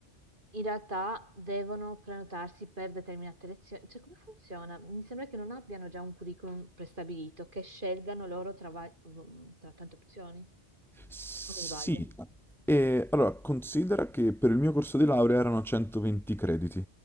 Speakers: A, on the right; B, in the centre.
A: in realtà devono prenotarsi per determinate lezioni. Cioè, come funziona? Mi sembra che non abbiano già un curriculum prestabilito, che scelgano loro tra va- tra tante opzioni.
B: Sì,
A: Non mi sbaglio.
B: e allora considera che per il mio corso di laurea erano 120 crediti.